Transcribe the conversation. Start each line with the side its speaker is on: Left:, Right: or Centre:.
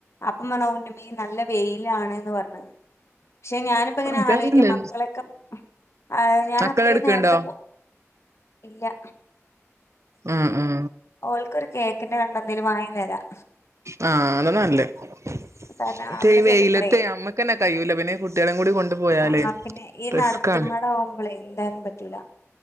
Left: അപ്പം പറഞ്ഞു <unintelligible> നല്ല തിലാണ്ന്ന് പറഞ് പക്ഷെ ഞാനിപ്പോങ്ങനെ
Right: ഇതാണല്ലേ
Left: ആലോയി ക്കാ മക്കളൊക്കെ ആ ഞാൻ
Right: മക്കള്
Left: അത്രയും
Right: എടുക്ക്ണ്ടോ
Left: നേരത്തെ പോവാ ഇല്ല
Right: ആഹ് ആഹ്
Left: ഓൽക്കൊരു കേക്കിന്റെ കണ്ട ന്തെങ്കിലും വാങ്ങി വരാം
Right: ആഹ് അത് തന്നെ നല്ലത്
Left: കാരണം അവിടെ
Right: ഈ വെയിലത്ത്
Left: ചെല്ലുമ്പളേ
Right: നമ്മക്കെന്നെ കയ്യൂല പിന്നെ കുട്ടിയെളീം കൂടി കൊണ്ട് പോയാല്
Left: ആഹ് പിന്നെ ഈ
Right: റിസ്ക്കാണ്
Left: നടത്തുമ്മട ആവുമ്പളേ എന്തായാലും പറ്റൂല